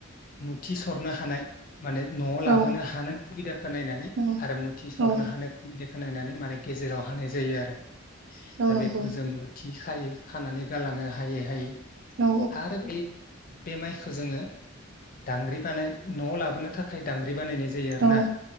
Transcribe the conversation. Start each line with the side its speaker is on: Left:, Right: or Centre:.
Left: मुथि सरनो हानाय माने नआव लाबोनो
Right: औ
Left: हानाय सुबिदाखौ नायनानै आरो
Right: औ
Left: हारि मुथि सरनो
Right: औ
Left: हानाय सुबिदाखौ खो नायनानै माने गेजेराव हानाय जायो आरो
Right: औ
Left: दा
Right: नंगौ
Left: बेखौ जों मुथि थिखायो खानानै गालाङो हायै हायै
Right: औ
Left: आरो बे बे माइखौ जोङो दांग्रि बानाय नआव लाबोनो थाखाय दांग्रि बानायनाय जायो आरो
Right: औ
Left: ना